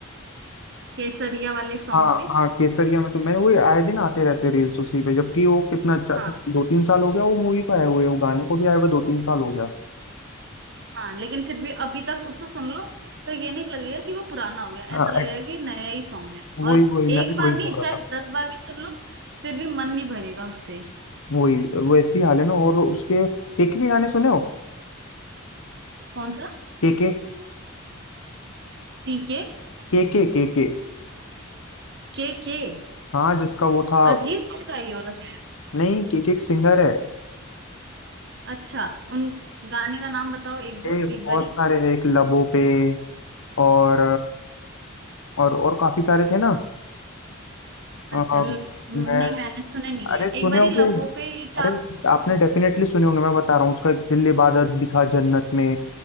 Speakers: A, on the right; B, on the left.
A: केसरिया वाले सॉन्ग
B: हाँ
A: पे
B: हाँ केसरिया में तो मैं वो आए दिन आते रहते रील्स उसी पे जबकि वो कितना अच्छा
A: हाँ
B: दो तीन साल हो गया वो मूवी को आए हुए वो गाने को भी आए हुए दो तीन साल हो गया
A: हाँ लेकिन फिर भी अभी तक उसको सुन लो तो ये नहीं लगेगा कि वो पुराना हो गया
B: हाँ,
A: ऐसा लगेगा
B: एक-
A: कि नया ही सॉन्ग है
B: वही
A: और
B: वही मैं
A: एक
B: भी
A: बार
B: वही
A: नहीं
B: बोल रहा
A: चाहे
B: था
A: दस बार भी सुन लो फिर भी मन नहीं भरेगा उससे
B: वही वैसी हाल है ना और उसके केके के गाने सुने हो
A: कौन सा
B: केके
A: टीके
B: केके केके
A: के के
B: हाँ जिसका वो था
A: अरिजीत सिंह का ये वाला सॉन्ग
B: नहीं केके एक सिंगर है
A: अच्छा उन गाने का नाम बताओ एक दो
B: ये बहुत
A: एक बारी
B: सारे हैं एक लबों पे और और और काफी सारे थे ना अ,
A: अच्छा ल- नहीं
B: मैं
A: मैंने सुने नहीं
B: अरे
A: है
B: सुने
A: एक बारी
B: होंगे
A: लबों पे ये जो
B: अरे
A: आप
B: आपने डेफिनेटली सुने होंगे मैं बता रहा हूँ उसका एक दिल इबादत भी था जन्नत में